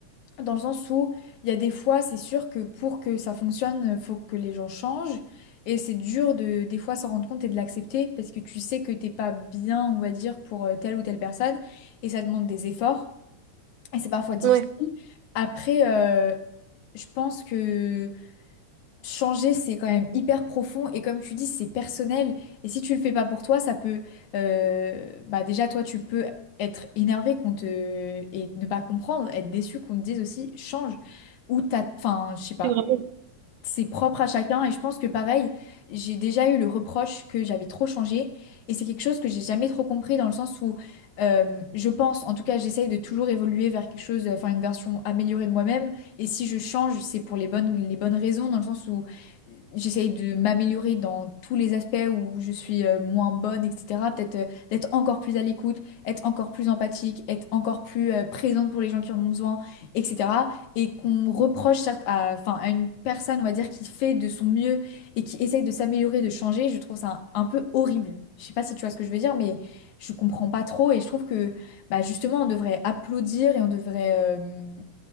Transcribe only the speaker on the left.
Dans le sens où il y a des fois, c'est sûr que pour que ça fonctionne, faut que les gens changent. Et c'est dur de des fois s'en rendre compte et de l'accepter parce que tu sais que t'es pas bien, on va dire, pour euh, telle ou telle personne. Et ça demande des efforts. Et c'est parfois difficile.
Après, euh, je pense que changer, c'est quand même hyper profond et comme tu dis, c'est personnel. Et si tu le fais pas pour toi, ça peut, euh, bah déjà toi, tu peux être énervé qu'on te et ne pas comprendre, être déçu qu'on te dise aussi change ou t'as, enfin, je sais pas
c'est propre à chacun et je pense que pareil, j'ai déjà eu le reproche que j'avais trop changé et c'est quelque chose que j'ai jamais trop compris dans le sens où euh, je pense, en tout cas j'essaye de toujours évoluer vers quelque chose, euh, enfin une version améliorée de moi-même et si je change c'est pour les bonnes, les bonnes raisons dans le sens où j'essaye de m'améliorer dans tous les aspects où je suis euh, moins bonne, etc. Peut-être euh, d'être encore plus à l'écoute, être encore plus empathique, être encore plus euh, présente pour les gens qui en ont besoin, etc et qu'on reproche certes à, enfin, à une personne, on va dire, qui fait de son mieux et qui essaye de s'améliorer, de changer, je trouve ça un, un peu horrible. Je sais pas si tu vois ce que je veux dire, mais je comprends pas trop et je trouve que bah, justement, on devrait applaudir et on devrait, euh,